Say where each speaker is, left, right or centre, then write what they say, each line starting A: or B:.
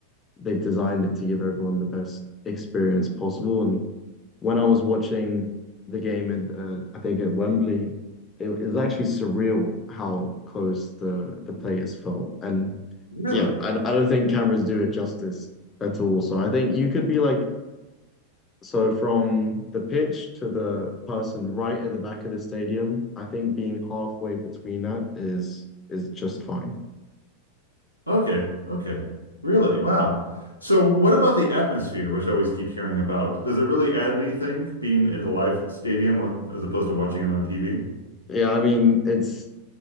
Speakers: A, on the left (about 20°); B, on the left (about 85°).
A: they've designed it to give everyone the best experience possible. And when I was watching the game, in, uh, I think at Wembley, it, it was actually surreal how close the, the players felt. And
B: Really?
A: yeah, I, I don't think cameras do it justice at all. So I think you could be like so from the pitch to the person right at the back of the stadium, I think being halfway between that is is just fine.
B: Okay. Okay. Really? Wow. So what about the atmosphere, which I always keep hearing about? Does it really add anything being in a live stadium uh, as opposed to watching it on TV?
A: Yeah, I mean it's